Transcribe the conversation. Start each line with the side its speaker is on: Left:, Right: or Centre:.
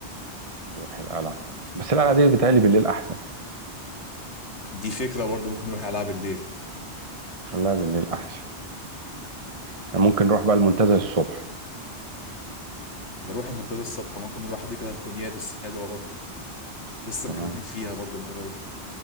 Right: نروح القلعة بس القلعة دي بتهيألي بالليل أحسن
Left: دي فكرة برضه ممكن نروح القلعة بالليل
Right: خليها بالليل أحسن إحنا ممكن نروح بقى المنتزه الصبح
Left: نروح المنتزه الصبح ممكن نروح حديقة أنتونيادس حلوة برضه لسه
Right: تمام
Left: مجددين فيها برضه من قريب